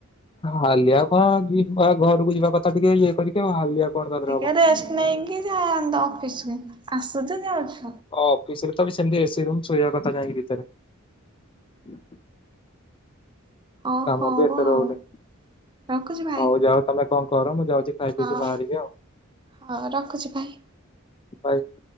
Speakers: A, on the left (about 25°); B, on the right (about 20°).
A: ହାଲିଆ କଣ ଯିବା ଘରକୁ ଯିବା କଥା ଟିକେ ଇଏ କରିକି ଆଉ ହାଲିଆ କଣ ତାରେ
B: ଟିକେ
A: ହବ।
B: ରେଷ୍ଟ ନେଇକି ଯାନ୍ତ ଅଫିସ ଆସ <unintelligible>
A: ଅଫିସରେ ସେମିତି ଏ ସି ରୁମ୍ ଶୋଇବା କଥା ଯାଇକି ଭିତରେ। <inaudible>
B: ଓ
A: କାମ
B: ହଉ
A: ବି ଏତେ
B: ଆଉ
A: ରହୁନି
B: ରଖୁଛି ଭାଇ।
A: ହୋଉ ଯାଅ ତମ କଣ କର ମୁଁ ଯାଉଚି ଖାଇ ପିଇକି
B: ହଉ
A: ବାହାରିବି ଆଉ
B: ହଉ
A: <inaudible>
B: ରଖୁଛି ଭାଇ।
A: ଭାଇ